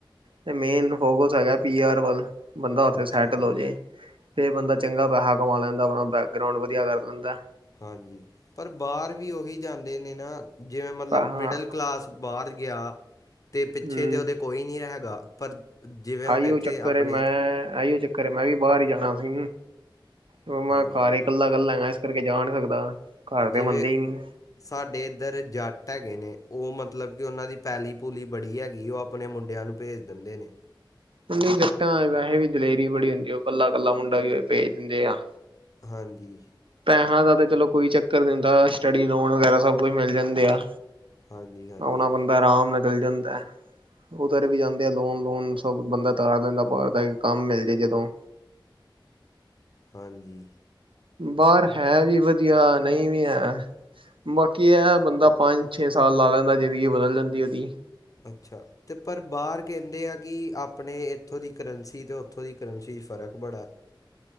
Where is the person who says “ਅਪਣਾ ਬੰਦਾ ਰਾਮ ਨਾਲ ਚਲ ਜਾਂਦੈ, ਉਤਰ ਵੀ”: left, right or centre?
Right